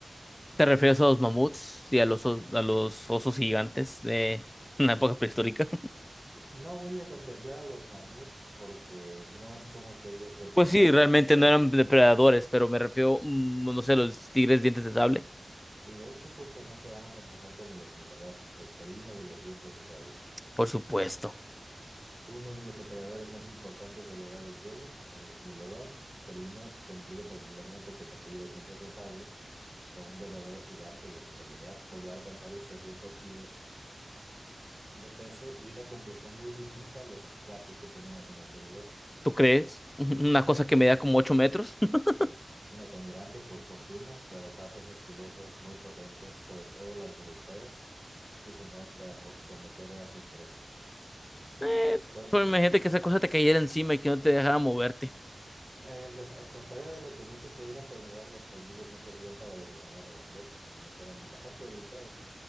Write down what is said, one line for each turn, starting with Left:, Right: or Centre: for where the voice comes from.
Left: ¿Te refieres a los mamuts y a los, o- a los osos gigantes de una época prehistórica?
Right: No voy a contemplar a los mamuts porque no es como que ellos depredaran
Left: Pues sí, realmente
Right: personas.
Left: no eran depredadores, pero me refiero, mm, no sé, los tigres dientes de sable.
Right: Y de hecho, justamente vamos a empezar con el esmilodón, el felino de los dientes de sable.
Left: Por supuesto.
Right: Uno de los depredadores más importantes de la Edad de Hielo, el esmilodón, felino conocido popularmente como tigre de dientes de sable, fue un verdadero gigante de, en realidad. Podía alcanzar los 300 kilos de peso y una complexión muy distinta a los gatos que tenemos en la actualidad.
Left: ¿Tú crees? <laughs> Una cosa que medía como ocho metros. <laughs>
Right: No tan grande, por fortuna, pero patas musculosas muy potentes, sobre todo las delanteras, diseñadas para so- someter a sus presas.
Left: Eh,
Right: Con-
Left: pero imagínate que esa cosa te cayera encima y que no te dejara moverte.
Right: en- al contrario de lo que muchos pudieran pensar, los colmillos no servían para desgarrar a la presa, sino que eran bastante delicados.